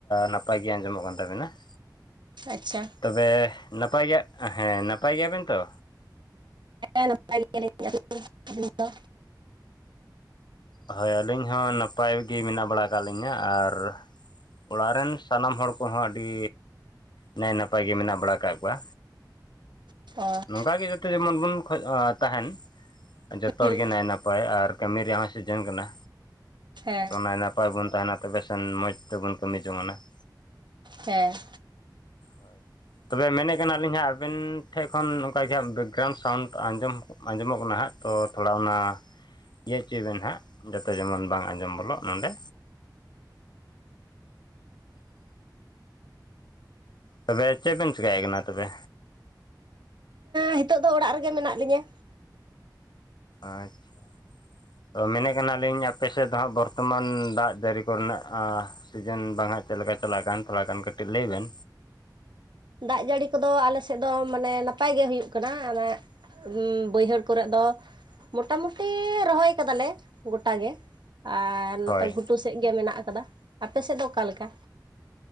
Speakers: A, on the left; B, on the right.
A: ᱱᱟᱯᱟᱭ ᱜᱮ ᱟᱸᱡᱚᱢᱚᱜ ᱠᱟᱱ ᱛᱟᱵᱤᱱᱟ ᱾
B: ᱟᱪᱪᱷᱟ ᱾
A: ᱛᱚᱵᱮ ᱱᱟᱯᱟᱭ ᱜᱮᱭᱟ ᱦᱮᱸ ᱱᱟᱯᱟᱭ ᱜᱮᱭᱟᱵᱮᱱ ᱛᱚ?
B: ᱦᱮᱸ ᱱᱟᱯᱟᱭ ᱜᱮᱭᱟ ᱞᱤᱧ, ᱟᱵᱤᱱ ᱫᱚ?
A: ᱦᱳᱭ, ᱟᱹᱞᱤᱧ ᱦᱚᱸ ᱱᱟᱯᱟᱭ ᱜᱮ ᱢᱮᱱᱟᱜ ᱵᱟᱲᱟ ᱟᱠᱟᱫ ᱞᱤᱧᱟᱹ ᱟᱨ ᱚᱲᱟᱜ ᱨᱮᱱ ᱥᱟᱱᱟᱢ ᱦᱚᱲ ᱠᱚᱦᱚᱸ ᱟᱹᱰᱤ ᱱᱟᱭ ᱱᱟᱯᱟᱭ ᱜᱮ ᱢᱮᱱᱟᱜ ᱵᱟᱲᱟ ᱟᱠᱟᱫ ᱠᱚᱣᱟ?
B: <inaudible>
A: ᱱᱚᱝᱠᱟ ᱜᱮ ᱡᱚᱛᱚ ᱡᱮᱢᱚᱱ ᱵᱚᱱ <inaudible> ᱛᱟᱸᱦᱮᱱ ᱡᱚᱛᱚ
B: ᱦᱩᱸ,
A: ᱦᱚᱲ ᱜᱮ ᱱᱟᱭ ᱱᱟᱯᱟᱭ ᱟᱨ ᱠᱟᱹᱢᱤ ᱨᱮᱦᱚᱸ ᱥᱤᱡᱚᱱ ᱠᱟᱱᱟ
B: ᱦᱮᱸ
A: ᱚᱱᱟ ᱱᱟᱯᱟᱭ ᱵᱚᱱ ᱛᱟᱸᱦᱮᱱᱟ ᱛᱚᱵᱮ ᱥᱮᱱ ᱢᱚᱡᱽ ᱛᱮᱵᱚᱱ ᱠᱟᱹᱢᱤ ᱡᱚᱝᱟᱱᱟ ᱾
B: ᱦᱮᱸ ᱾
A: ᱦᱳᱭ ᱛᱚᱵᱮ ᱢᱮᱱᱮᱫ ᱠᱟᱱᱟᱹᱞᱤᱧ ᱦᱟᱸᱜ ᱟᱵᱮᱱ ᱴᱷᱮᱡ ᱠᱷᱚᱱ ᱚᱱᱠᱟ ᱡᱟᱦᱟ ᱵᱮᱠᱜᱨᱟᱣᱩᱱᱰ ᱥᱟᱣᱩᱱᱰ ᱟᱸᱡᱚᱢ ᱟᱸᱡᱚᱢᱚᱜ ᱠᱟᱱᱟ ᱦᱟᱸᱜ ᱛᱚ ᱛᱷᱚᱲᱟ ᱚᱱᱟ ᱾ ᱤᱭᱟᱹ ᱚᱪᱚᱭ ᱵᱮᱱ ᱦᱟᱸᱜ ᱡᱟᱛᱮ ᱡᱮᱢᱚᱱ ᱵᱟᱝ ᱟᱸᱡᱚᱢ ᱵᱚᱞᱚᱜ ᱱᱚᱰᱮ ᱛᱚᱵᱮ ᱪᱮᱫ ᱵᱮᱱ ᱪᱮᱠᱟᱭ ᱠᱟᱱᱟ ᱛᱚᱵᱮ
B: ᱱᱤᱛᱚᱜ ᱫᱚ ᱚᱲᱟᱜ ᱨᱮᱜᱮ ᱢᱮᱱᱟᱜ ᱞᱤᱧᱟᱹ
A: ᱟᱸᱡᱪᱷᱟ ᱛᱚ ᱢᱮᱱᱮᱫ ᱠᱟᱱᱟᱞᱤᱧ ᱟᱯᱮ ᱥᱮᱫ ᱫᱚ ᱦᱟᱸᱜ ᱵᱚᱨᱛᱚᱢᱟᱱ ᱫᱟᱜ ᱡᱟᱹᱨᱤ ᱠᱚᱨᱮᱱᱟᱜ ᱟᱸ ᱥᱤᱡᱮᱱ ᱵᱟᱝᱦᱟᱸᱜ ᱪᱮᱫ ᱞᱮᱠᱟ ᱪᱟᱞᱟᱜ ᱠᱟᱱ ᱛᱷᱚᱲᱟ ᱜᱟᱱ ᱠᱟᱹᱴᱤᱡ ᱞᱟᱹᱭ ᱵᱮᱱ
B: ᱫᱟᱜ ᱡᱟᱹᱲᱤ ᱠᱚᱫᱚ ᱟᱞᱮ ᱥᱮᱫ ᱫᱚ ᱢᱟᱱᱮ ᱱᱟᱯᱟᱭ ᱜᱮ ᱦᱩᱭᱩᱜ ᱠᱟᱱᱟ ᱢᱟᱱᱮ ᱩᱸᱜ ᱵᱟᱹᱭᱦᱟᱹᱲ ᱠᱚᱨᱮ ᱫᱚ ᱢᱚᱴᱟᱢᱩᱴᱤ ᱨᱚᱦᱚᱭ ᱠᱟᱫᱟᱞᱮ ᱜᱚᱴᱟᱜᱮ ᱟᱨ ᱱᱚᱛᱮ
A: ᱦᱳᱭ
B: ᱜᱷᱩᱴᱩ ᱥᱮᱫ ᱜᱮ ᱢᱮᱱᱟᱜ ᱟᱠᱟᱫᱟ ᱟᱯᱮ ᱥᱮᱫ ᱫᱚ ᱚᱠᱟᱞᱮᱠᱟ?